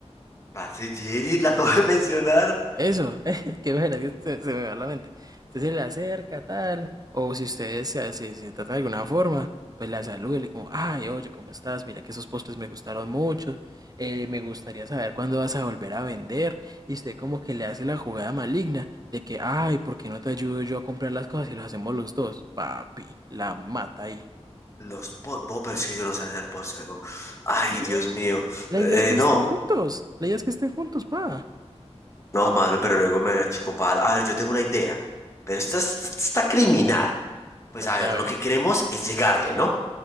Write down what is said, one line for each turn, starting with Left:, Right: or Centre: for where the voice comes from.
Left: Parce, Jenny, la acabo de mencionar.
Right: Eso, <laughs> eh, qué bueno, que se, se me va la mente. Usted se le acerca, tal, o si ustedes se, se- se trata de alguna forma, pues la saluda y le como, ay, oye, ¿cómo estás? Mira que esos postres me gustaron mucho, eh, me gustaría saber cuándo vas a volver a vender. Y usted como que le hace la jugada maligna de que, ay, ¿por qué no te ayudo yo a comprar las cosas y lo hacemos los dos? Papi, la mata ahí.
Left: Los postres, pero es que yo no sé hacer postres, bo. Ay,
Right: Y
Left: Dios mío.
Right: la
Left: Eh,
Right: idea es que estén
Left: no,
Right: juntos, la idea es que estén juntos, pa.
Left: no, mano, pero luego me achicopal. A ver, yo tengo una idea, pero esta es- esta está criminal. Pues
Right: Cuenta,
Left: a ver,
Right: a
Left: lo
Right: ver,
Left: que queremos es llegarle, ¿no?